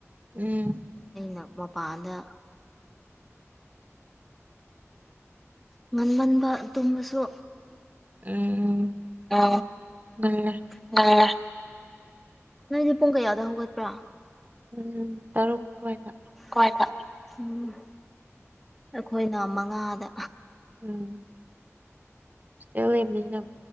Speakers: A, on the right (about 35°); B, in the centre.
A: ꯎꯝ
B: ꯑꯩꯅ ꯃꯄꯥꯟꯗ ꯉꯟꯃꯟꯕ ꯇꯨꯝꯕꯁꯨ
A: ꯎꯝ
B: ꯑ
A: ꯉꯜꯂꯦ
B: ꯉ ꯅꯪꯗꯤꯦ ꯄꯨꯡ ꯀꯌꯥꯗ ꯍꯧꯒꯠꯄ꯭ꯔꯥ
A: ꯎꯝ ꯇꯔꯨꯛ ꯑꯣꯏꯗ
B: ꯎꯝ ꯑꯩꯈꯣꯏꯅ ꯃꯉꯥꯗ
A: ꯎꯝ ꯂꯩꯕꯅ